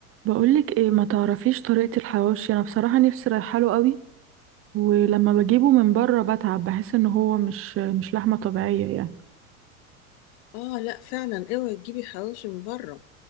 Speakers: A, on the right; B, on the left.
A: بقولك ايه ما تعرفيش طريقة الحواوشي انا بصراحة نفسي رايحة له قوي ولما بجيبه من بره بتعب بحس ان هو مش مش لحمة طبيعية يعني
B: اه لا فعلا اوعي تجيبي حواوشي من بره